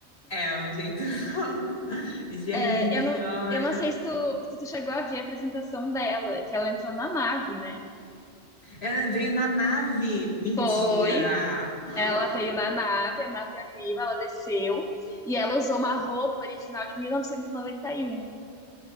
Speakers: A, on the left; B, in the centre.
A: É um jeito. <laughs> Gente,
B: É, eu não,
A: olha.
B: eu não sei se tu, se tu chegou a ver a apresentação dela, que ela entrou na nave, né?
A: Ela veio na nave. Mentira.
B: Foi.
A: <gasps>
B: Ela veio na nave, a nave abriu, ela desceu e ela usou uma roupa original de 1991.